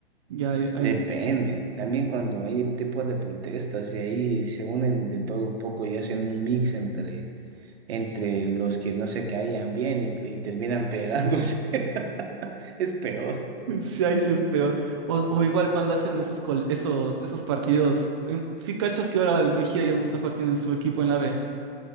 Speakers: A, on the right; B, on the right.
A: Ya ahí, ahí,
B: depende. También cuando hay tipos de protestas y ahí se unen de todo un poco y hacen un mix entre, entre los que no se caían bien y, y terminan pegándose. <laughs> Es peor.
A: sí, ahí sí es peor. O, o igual cuando hacen esos, col- esos, esos partidos. Em, Sí, cachas que ahora el Mejía y el Montefort tienen su equipo en la B.